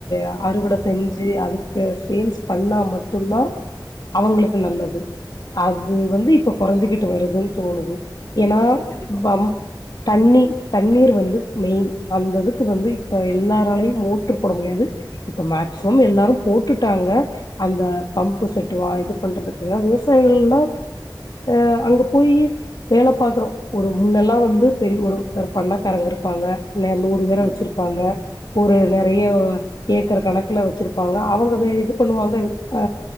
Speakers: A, on the left; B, on the left.
A: அ அறுவடை செஞ்சு அதுக்கு சேல்ஸ் பண்ணா மட்டும்தா அவங்களுக்கு நல்லது அது வந்து இப்ப கொறைஞ்சிக்கிட்டு வருதுன்னு தோணுது
B: கண்டிப்பா
A: ஏன்னா
B: தோழி, கண்டிப்பா.
A: வம் தண்ணி தண்ணீர் வந்து மெயின் அந்த இதுக்கு வந்து இப்ப எல்லாரலயு மோட்ரு போட முடியாது இப்ப மேக்சிமம் எல்லாரு போட்டுட்டாங்க அந்த பம்பு செட் வா இது பண்றதுக்குங்க விவசா யிகளுன்னா
B: ஆமா.
A: ஆ அங்க போயி வேல பாக்கறோ ஒரு முன்னெல்லா வந் து பெரிய ஒரு த்தர் பண்ணக்காரங்க இருப்பாங்க ந நூறு பேர
B: ம்,
A: வச்சிருப்பாங்க ஒரு
B: ம்,
A: நெறைய ஏக்கர் கணக்குல வச்சிருப்பாங்க அவங்க வே இது பண்ணுவாங்க ஆ